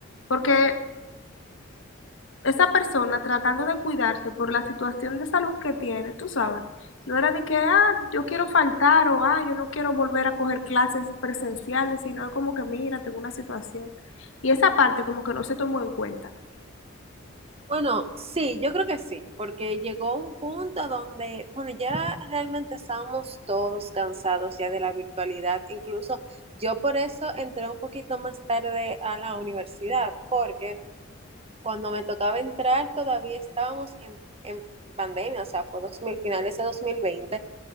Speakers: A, on the left (about 70°); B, on the right (about 30°).
A: porque esa persona tratando de cuidarse por la situación de salud que tiene, tú sabes, no era de que, ah, yo quiero faltar o, ah, yo no quiero volver a coger clases presenciales, sino es como que, mira, tengo una situación. Y esa parte como que no se tomó en cuenta.
B: Bueno, sí, yo creo que sí, porque llegó un punto donde, bueno, ya realmente estábamos todos cansados ya de la virtualidad. Incluso yo por eso entré un poquito más tarde a la universidad, porque cuando me tocaba entrar todavía estábamos en, en pandemia, o sea, fue 2000 finales de 2020.